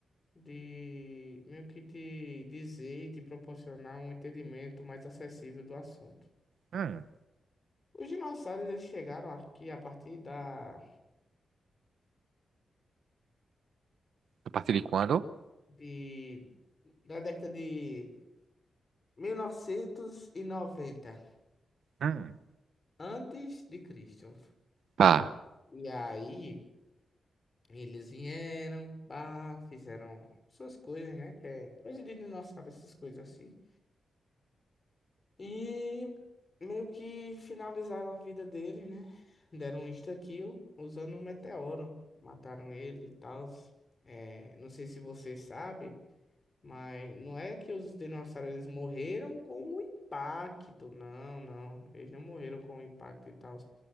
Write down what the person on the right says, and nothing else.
Hum,
a partir de quando?
Hum,
pá.